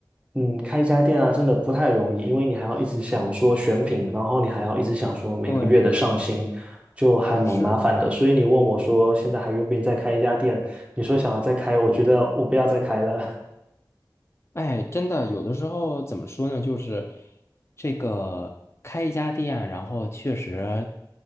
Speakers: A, on the right; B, on the left.
A: 嗯，开一家店啊，真的不太容易，因为你还要一直想说选品，然后你还要一直想说每个月的上新，
B: 对，
A: 就还蛮麻烦的。
B: 是的，
A: 所以你问我说，现在还愿不愿意再开一家店？你说想要再开，我觉得我不要再开了。
B: 哎，真的，有的时候怎么说呢，就是这个开一家店啊，然后确实